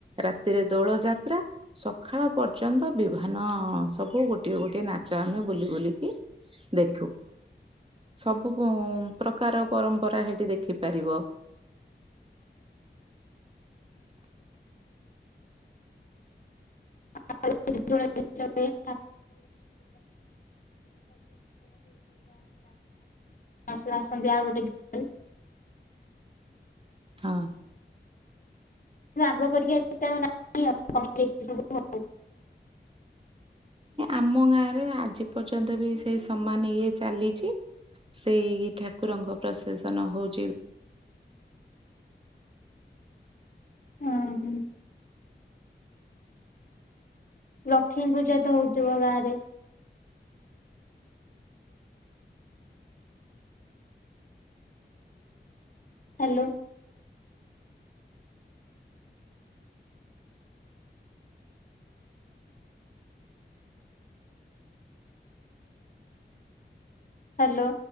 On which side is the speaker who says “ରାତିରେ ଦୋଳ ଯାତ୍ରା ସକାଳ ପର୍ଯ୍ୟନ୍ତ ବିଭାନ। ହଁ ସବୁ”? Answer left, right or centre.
Right